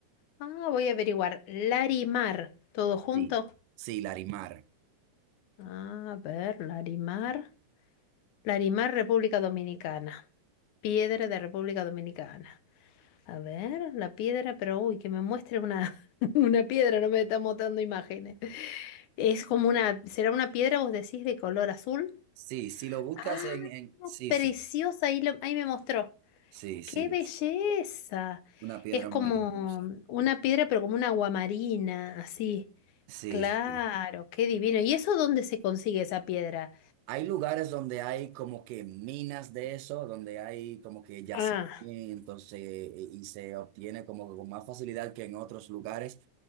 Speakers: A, on the left; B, on the right.
A: ah, voy a averiguar. Larimar, todo junto.
B: Sí, sí, Larimar.
A: A ver, Larimar. Larimar, República Dominicana. Piedra de República Dominicana. A ver, la piedra, pero uy, que me muestre una, <laughs> una piedra, no me está mostrando imágenes. Es como una, será una piedra, vos decís, de color azul.
B: Sí, si lo buscas
A: Ah,
B: en, en... Sí,
A: preciosa,
B: sí,
A: ahí, lo- ahí me mostró.
B: sí, sí,
A: ¡Qué belleza!
B: es una piedra
A: Es como
B: muy hermosa.
A: una piedra, pero como una guamarina, así.
B: Sí,
A: Claro,
B: sí.
A: qué divino. ¿Y eso dónde se consigue esa piedra?
B: Hay lugares donde hay como que minas de eso, donde hay como que yacimientos
A: Ah,
B: eh, eh, y se obtiene como que con más facilidad que en otros lugares.